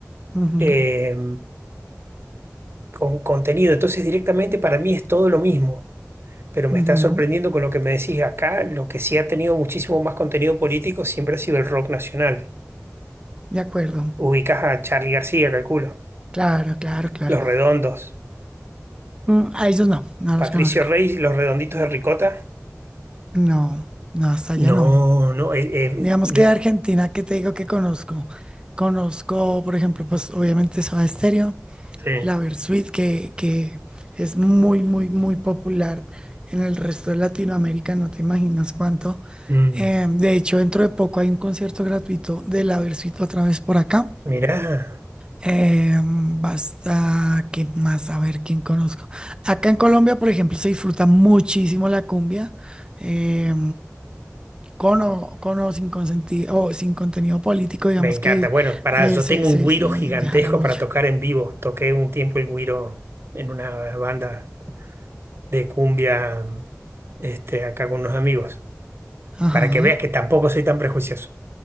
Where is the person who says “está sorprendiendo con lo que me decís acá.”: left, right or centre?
Right